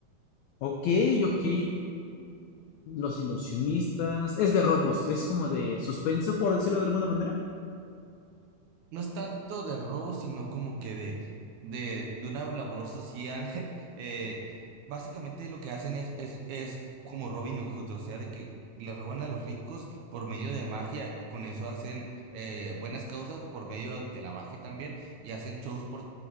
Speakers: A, on the left; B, on the right.
A: Ok, ok. Los ilusionistas. Es de robos, es como de suspenso, por decirlo de alguna manera.
B: no es tanto de robo, sino como que de, de, de una labor social. <laughs> eh, básicamente lo que hacen es, es, es como Robin Hood, o sea, de que le roban a los ricos por medio de magia y con eso hacen eh, buenas causas por medio de la magia también y hacen shows por